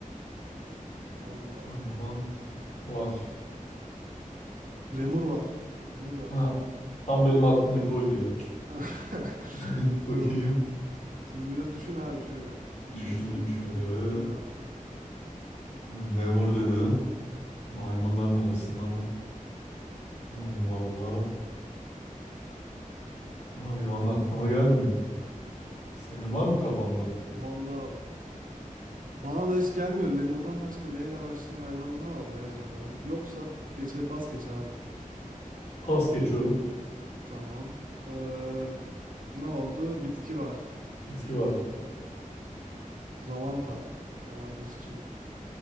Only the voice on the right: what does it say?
Allah
Allah.
Lemur var. Lemur var.
<laughs>
Em,
şimdi biraz düşün abi şöyle. Sesli
bir düşünme
gibi yorum yap.
Valla bana da hiç gelmiyor. Lemurdan başka L ile başlayan hayvan ne var ya acaba? Yoksa geçe pas geç abi.
Tamam. Em, ne oldu? Bitki var.
Lavanta. Lavanta çiçeği.